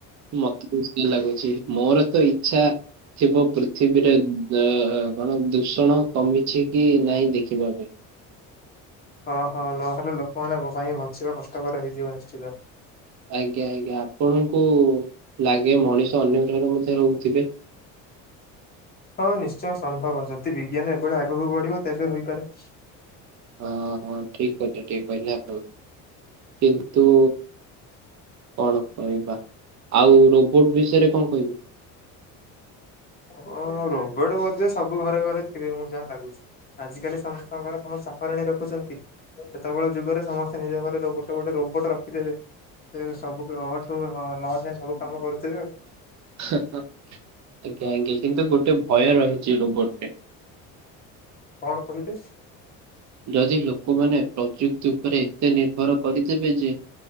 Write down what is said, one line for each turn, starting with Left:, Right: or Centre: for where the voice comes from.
Right: ମୋତେ ତ ସେଇ ଲାଗୁଛି, ମୋର ତ ଇଚ୍ଛା ଥିବ ପୃଥିବୀରେ ଅ, କଣ ଦୂଷଣ କମିଛି କି ନାହିଁ ଦେଖିବା ପାଇଁ।
Left: ହଁ ହଁ ନହେଲେ ଲୋକମାନଙ୍କ ପାଇଁ ବଞ୍ଚିବା କଷ୍ଟକର ହେଇଯିବ ନିଶ୍ଚିତ।
Right: ଆଜ୍ଞା, ଆଜ୍ଞା ଆପଣଙ୍କୁ ଲାଗେ ମଣିଷ ଅନ୍ୟ ଗ୍ରହରେ ମଧ୍ୟ ରହୁଥିବେ।
Left: ହଁ ନିଶ୍ଚୟ ସମ୍ଭବ ଯଦି ବିଜ୍ଞାନ ଏଭଳି ଆଗକୁ ବଢିବ ତେବେ ହୋଇପାରେ।
Right: ହଁ, ହଁ ଠିକ କହିଲେ, ଠିକ୍ କହିଲେ ଆପଣ କିନ୍ତୁ କଣ କହିବା, ଆଉ ରୋବୋଟ୍ ବିଷୟରେ କଣ କହିବେ?
Left: ହଁ ରୋବୋଟ୍ ବୋଧେ ସବୁ ଘରେ ଘରେ ଥିବେ ମୁଁ ଯାହା ଲାଗୁଛି। ଆଜ କାଲି ସମସ୍ତଙ୍କ ଘର ସବୁ ସଫାରାଣୀ ରଖୁଛନ୍ତି। ସେତେବେଳେ ଯୁଗରେ ସମସ୍ତେ ନିଜ ଘରେ ଗୋଟେ ଗୋଟେ ରୋବୋଟ୍ ରଖିଦେବେ। ସେ ସବୁଠୁ ଅ ଠୁ ହ-ଲ ଯାଏ ସବୁ କାମ କରୁଥିବେ।
Right: ହଁ ଅଁ, ଆଜ୍ଞା, ଆଜ୍ଞା କିନ୍ତୁ ଗୋଟେ ଭୟ ରହିଚି ରୋବଟ୍ ରେ।
Left: କଣ କିହିଲେ?
Right: ଯଦି ଲୋକମାନେ ପ୍ରଯୁକ୍ତି ଉପରେ ଏତେ ନିର୍ଭର କରିଦେବେ ଯେ